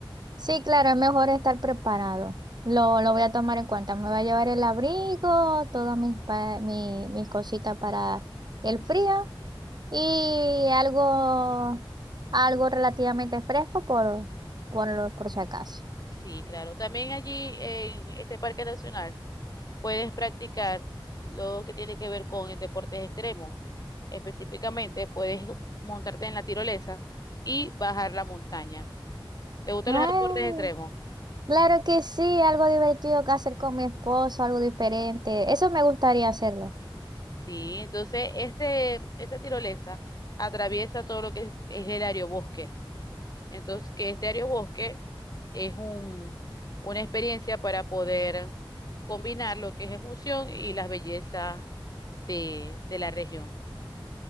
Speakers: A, on the right (about 50°); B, on the left (about 45°).
A: Sí, claro, es mejor estar preparado. Lo, lo voy a tomar en cuenta. Me voy a llevar el abrigo, todas mis, pa- mi- mis cositas para el frío y algo, algo relativamente fresco por, por, lo- por si acaso.
B: Sí, claro. También allí en este parque nacional puedes practicar lo que tiene que ver con el deportes extremos. Específicamente puedes montarte en la tirolesa y bajar la montaña. ¿Te gustan
A: Ay,
B: los deportes extremos?
A: claro que sí, algo divertido que hacer con mi esposo, algo diferente. Eso me gustaría hacerlo.
B: Sí, entonces este, esta tirolesa atraviesa todo lo que es, es el aerobosque. Entonces, que este aerobosque es un, una experiencia para poder combinar lo que es emoción y las bellezas de, de la región.